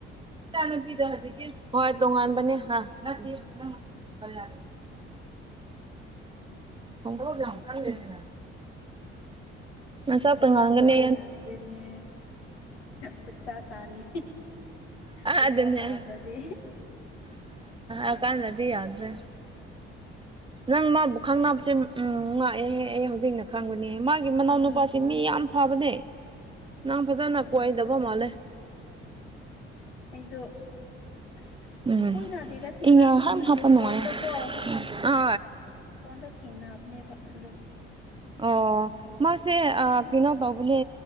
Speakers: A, on the right; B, on the left.
A: ꯏꯆꯥ ꯅꯨꯨꯄꯤꯗꯣ ꯍꯧꯖꯤꯛꯀꯤ ꯍꯣꯏ ꯇꯣꯉꯥꯟꯕꯅꯦ ꯑ ꯅꯠꯇꯦꯪ
B: ꯎꯝ
A: ꯀꯜꯂ ꯊꯪꯗ꯭ꯔꯣ ꯌꯥꯝꯀꯒꯅ ꯑꯁꯞꯄ
B: ꯊꯕꯛ
A: ꯉꯥꯡꯒꯅꯤ
B: ꯀꯟꯗꯕ ꯌꯥꯗ꯭ꯔꯦꯅꯦ ꯄꯩꯁꯥ ꯇꯥꯜꯂꯤ ꯄꯩꯁꯥ
A: ꯑꯗꯨꯅꯦ
B: ꯇꯥꯟꯗꯗꯤ
A: ꯑ ꯀꯥꯟꯗꯔꯗꯤ ꯌꯥꯗ꯭ꯔꯦ ꯅꯪ ꯃꯥꯕꯨ ꯈꯪꯅꯕꯁꯦ ꯎꯝ ꯉꯥꯛꯑꯦꯍꯦꯛ ꯑꯩ ꯍꯧꯖꯤꯛꯅ ꯈꯪꯕꯅꯦ ꯃꯥꯒꯤ ꯃꯅꯥꯎ
B: ꯎꯝ
A: ꯅꯨꯄꯥꯁꯤ ꯃꯤ ꯌꯥꯝ ꯐꯕꯅꯦ ꯅꯪ ꯐꯖꯅ
B: ꯑꯣ
A: ꯀꯣꯏꯗꯕ ꯃꯥꯜꯂꯦ
B: ꯑꯩꯗꯣ ꯑꯁ
A: ꯎꯝ
B: ꯀꯣꯏꯅꯗꯦꯗ ꯊꯦꯡꯅꯁꯨ
A: ꯏ ꯍꯝ
B: ꯊꯦꯡꯅꯗꯦ
A: ꯍꯥꯞꯄ ꯅꯨꯡꯉꯥꯏ
B: ꯐꯣꯟꯗꯀꯣ
A: ꯍ
B: ꯐꯣꯟꯗ ꯊꯦꯡꯅꯕꯅꯦꯕ ꯑꯗꯨꯝ
A: ꯑꯣ ꯃꯥꯁꯦ ꯀꯩꯅꯣ ꯇꯧꯕꯅꯦ